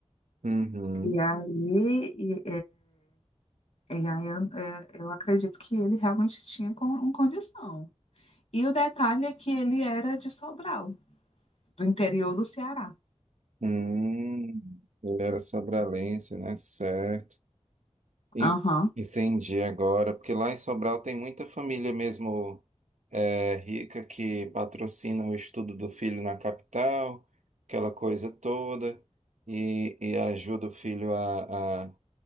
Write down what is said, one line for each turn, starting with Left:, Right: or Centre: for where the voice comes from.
Right: Uhum.
Left: E aí, E aí eu, é, eu acredito que ele realmente tinha com, um condição. E o detalhe é que ele era de Sobral, do interior do Ceará.
Right: Hum, ele era sobralense, né? Certo. En-
Left: Aham.
Right: Entendi agora, porque lá em Sobral tem muita família mesmo é, rica que patrocina o estudo do filho na capital, aquela coisa toda, e, e ajuda o filho a, a,